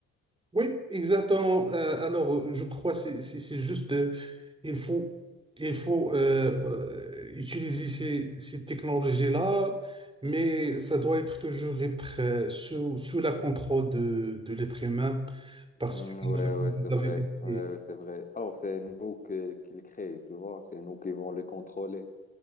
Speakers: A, on the right (about 15°); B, on the left (about 30°).
A: Oui, exactement. Euh, alors, euh, je crois que c'est c'est- c'est juste, euh, il faut, il faut euh, euh, utiliser ces, ces technologies-là, mais ça doit être toujours être euh, sous, sous la contrôle de, de l'être humain, parce
B: Mm,
A: que
B: ouais,
A: vous
B: ouais, c'est vrai.
A: avez dit,
B: Ouais, ouais, c'est vrai. Alors, c'est nous que, qui les créons, tu vois. C'est nous qui vont les contrôler.